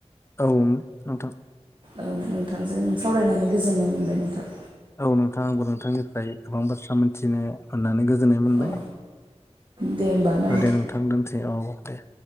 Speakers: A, on the left (about 25°); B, on the right (about 45°).
A: औ नोंथां
B: औ नोंथांजों सावरायनानै गोजोननाय मोनबाय नोंथां।
A: औ नोंथां आंबो नोंथांनिफ्राय गोबां बाथ्रा मोनथिनो मोननानै गोजोननाय मोनबाय
B: औ दे होमबा ना
A: ओ दे नोंथां दोनसै औ औ दे।